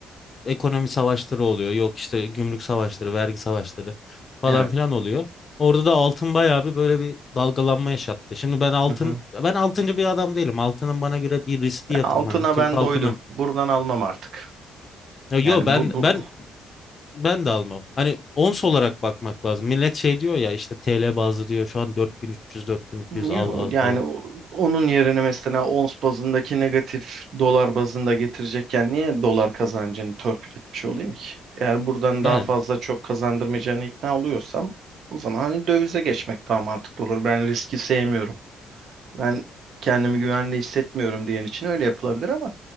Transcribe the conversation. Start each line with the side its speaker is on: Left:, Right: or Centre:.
Left: e, ekonomi savaşları oluyor. Yok işte gümrük savaşları, vergi savaşları falan
Right: Evet.
Left: filan oluyor. Orada da altın bayağı bir böyle bir dalgalanma yaşattı. Şimdi ben altın
Right: Hı hı.
Left: ben altıncı bir adam değilim. Altının bana göre bir riskli
Right: Ve
Left: yatırım
Right: Altına
Left: hani Türk
Right: ben
Left: halkına.
Right: doydum. Buradan almam artık.
Left: Ya Yo
Right: Yani
Left: ben
Right: bu bu
Left: ben ben de almam. Hani ons olarak bakmak lazım. Millet şey diyor ya işte TL bazlı diyor şu an 4300 4200
Right: yok
Left: al al
Right: yani
Left: falan.
Right: o- onun yerine mesela ons bazındaki negatif dolar bazında getirecekken niye dolar kazancını törpületmiş olayım ki? Eğer buradan
Left: Yani.
Right: daha fazla çok kazandırmayacağını ikna oluyorsam o zaman hani dövize geçmek daha mantıklı olur. Ben riski sevmiyorum. Ben kendimi güvende hissetmiyorum diyen için öyle yapılabilir ama